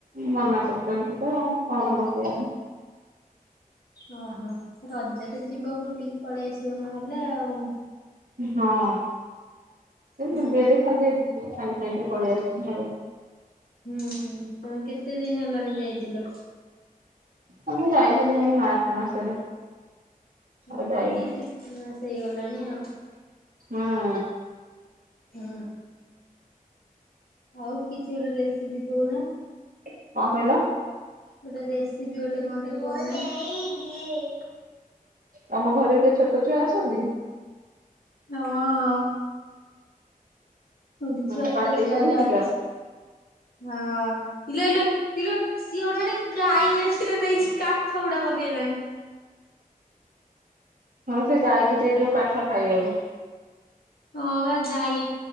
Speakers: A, on the right; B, on the left.
A: ମନା କରୁଛନ୍ତି ତ କଣ ବସିବନି
B: ଓହୋ ରଜରେ ଯିବ ବୁଲିକି ପଳେଇ ଆସିବ ନହେଲେ ଆଉ
A: ହଁ ଖାଲି
B: ହୁଁ
A: ବୁଲିଦେଇ ସାଙ୍ଗେ ସାଙ୍ଗେ ପଳେଇ ଆସିମି ଆଉ
B: ହୁଁ ତମେ କେତେ ଦିନ ହେଲାଣି ଯାଇଥିଲ?
A: ହଁ ମୁଁ ଯାଇଥିଲି ଯାଇକି ମାର୍ଚ୍ଚ ମାସରେ
B: ହଁ
A: ଆଉ ଯାଇନି
B: ତ ଦି ତିନି ମାସ ହେଇଗଲାଣି ଆଉ
A: ହଁ
B: ହୁଁ ଆଉ କିଛି ଗୋଟେ ରେସିପି କହୁନା
A: କଣ କହିଲ?
B: ଗୋଟେ ରେସିପି ଗୋଟେ କଣଟେ କହୁନ?
A: ତମ ଘରେ କିଏ ଛୋଟ ଛୁଆ ଅଛନ୍ତି
B: ହଁ ଗୋଟେ
A: ହଁ
B: ଛୁଆଟେ
A: ପାଟି ଶୁଭୁଛି
B: ଅଛି
A: ତ
B: ହଁ ଇଲୋ ଇଲୋ ଇଲୋ ସିଏ ଅନାନି ଗାଈ ଆଖିରେ ନେଇକି କାଠ ଗୁଡା ପକେଇଲାଣି
A: ହଁ ସେ ଗାଈକି ଦେଇଦଉ କାଠ ଖାଇବାକୁ
B: ହଁ ବା ଗାଈ